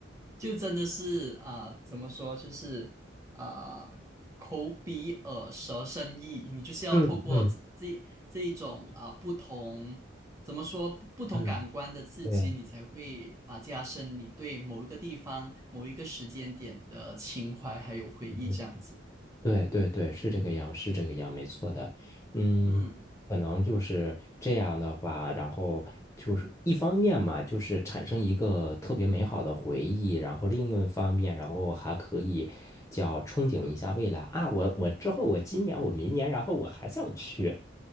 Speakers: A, on the right; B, on the left.
A: 就真的是啊、怎么说，就是啊、口鼻耳舌身意，你就是要透过这这这一种啊、
B: 嗯嗯。
A: 不同。怎么说不不同感官的刺激，
B: 嗯，对，
A: 你才会啊加深你对某一个地方、某一个时间点的情怀还有回忆这样子。
B: 对对对对对，是这个样，是这个样，没错的。嗯，
A: 嗯。
B: 可能就是这样的话，然后就是一方面嘛，就是产生一个特别美好的回忆，然后另一方面，然后还可以叫憧憬一下未来啊，我我之后我今年我明年，然后我还想去。